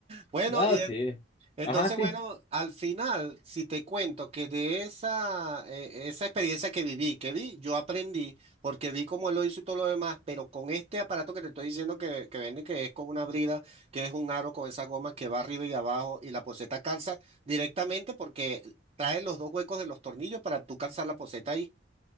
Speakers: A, on the right (about 35°); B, on the left (about 30°).
A: Bueno,
B: No,
A: y
B: sí.
A: Entonces,
B: Ajá, sí.
A: bueno, al final, si te cuento que de esa, eh, esa experiencia que viví, que vi, yo aprendí, porque vi cómo él lo hizo y todo lo demás, pero con este aparato que te estoy diciendo que, que vende, que es con una brida, que es un aro con esa goma que va arriba y abajo, y la poceta calza directamente porque trae los dos huecos de los tornillos para tú calzar la poceta ahí.